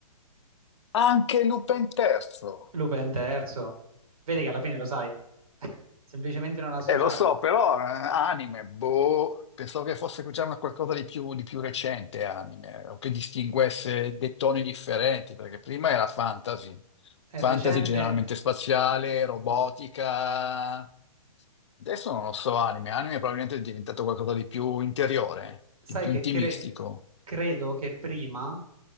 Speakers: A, on the left (about 50°); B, on the right (about 70°).
A: Anche Lupin III.
B: Lupin terzo, vedi che alla fine lo sai, <laughs> semplicemente non l'associavi.
A: Eh, lo so, però eh, anime, boh, pensavo che fosse già una qualcosa di più, di più recente anime, o che distinguesse dei toni differenti, perché prima era fantasy,
B: È
A: fantasy
B: recente,
A: generalmente spaziale, robotica,
B: sì.
A: adesso non lo so, anime, anime probabilmente è diventato qualcosa di più interiore,
B: Sai
A: di più
B: che
A: intimistico,
B: cre- credo che prima